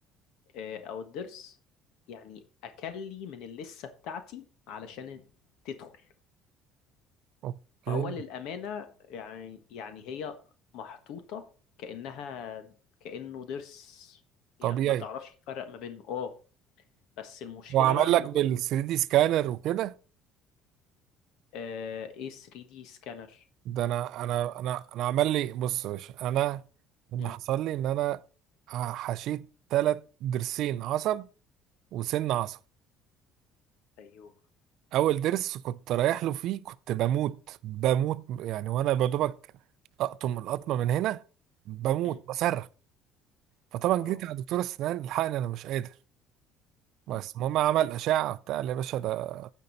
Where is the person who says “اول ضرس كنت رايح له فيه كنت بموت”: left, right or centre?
Right